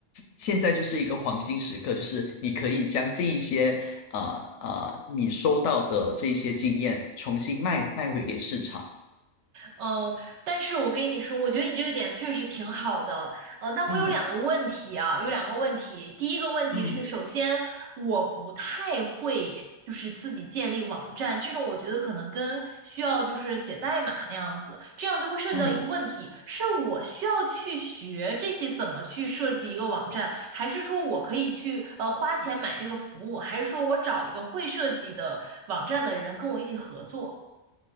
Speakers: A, on the left; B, on the right.
A: 现在就是一个黄金时刻，就是你可以将这一些啊啊、呃呃你收到的这一些经验重新卖卖回给市场。
B: 嗯，但是我跟你说，我觉得你这个点确实挺好的，呃，但我有两个问题啊，
A: 嗯
B: 有两个问题。第一个问题是，
A: 嗯
B: 首先我不太会，就是自己建立网站这种，我觉得可能跟需要就是写代码那样子，这样就会涉及到一个问题，
A: 嗯。
B: 是我需要去学这些怎么去设计一个网站，还是说我可以去呃花钱买这个服务，还是说我找一个会设计的网站的人跟我一起合作？